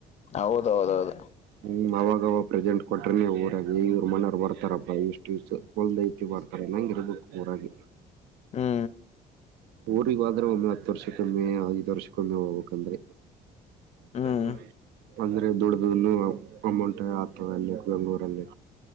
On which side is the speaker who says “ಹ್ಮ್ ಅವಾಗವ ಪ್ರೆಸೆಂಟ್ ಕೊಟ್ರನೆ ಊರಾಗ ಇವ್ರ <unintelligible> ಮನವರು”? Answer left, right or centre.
Right